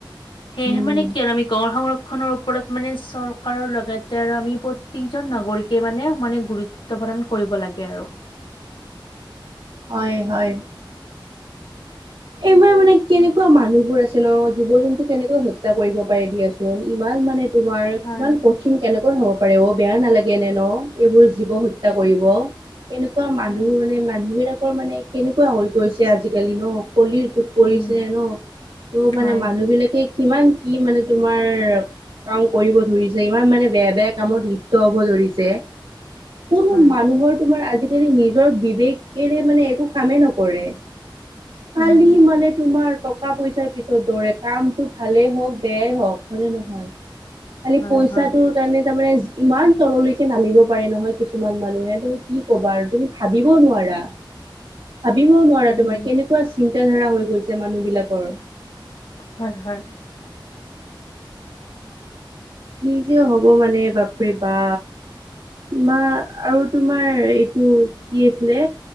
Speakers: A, on the left; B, on the right.
A: সেয়েহে
B: উম
A: মানে কি আৰু আমি গড় সংৰক্ষণ - খনৰ ওপৰত মানে চৰকাৰৰ লগতে আৰু আমি প্ৰত্যেকজন নাগৰিকে মানে সমানে গুৰুত্ব- গুৰুত্ব প্ৰদান কৰিব লাগে আৰু।
B: হয় হয়। এইবাৰ মানে কেনেকুৱা মানুহবোৰ আছে ন, জীৱ জন্তু কেনেকৈ হত্যা কৰিব পাৰে দিয়াচোন, ইমান মানে- তোমাৰ কিমান
A: হয়
B: কঠিন কেনেকৈ হ'ব পাৰে অ', বেয়া নালাগে নে ন এইবোৰ জীৱ হত্যা কৰিব। কেনেকুৱা মানুহ,
A: হয়।
B: মানে মানুহ বিলাকৰ মানে কেনেকুৱা হৈ গৈছে, আজিকালি ন কলিৰ যুগ, পৰিছে
A: উম
B: ন, ত'
A: হয়
B: মানে মানুহ বিলাকে কিমান কি মানে তোমাৰ- কাম কৰিব ধৰিছে, ইমান মানে বেয়া বেয়া কামত লিপ্ত হব ধৰিছে। কোনো
A: হয়
B: মানুহৰ তোমাৰ আজিকালি নিজৰ বিবেকেৰে মানে একো কামেই নকৰে। খালী
A: উম
B: মানে তোমাৰ। টকা পইচাৰ পিছত দৌৰে কামটো ভালেই হওঁক, বেয়াই হওঁক, হয়নে নহয়। খালি
A: হয়
B: পইচাটো।
A: হয়
B: কাৰণে তাৰমানে ইমান তললৈকে নামিব পাৰে নহয় কিছুমান মানুহে তুমি কি কবা আৰু তুমি- ভাবিব নোৱাৰা। ভাবিবও নোৱাৰা,
A: উম
B: তোমাৰ কেনেকুৱা চিন্তা ধাৰা হৈ গৈছে মানুহ বিলাকৰ।
A: হয় হয়।
B: কি যে হ'ব মানে বাপৰে বা। মা আৰু তোমাৰ এইটো কি আছিলে,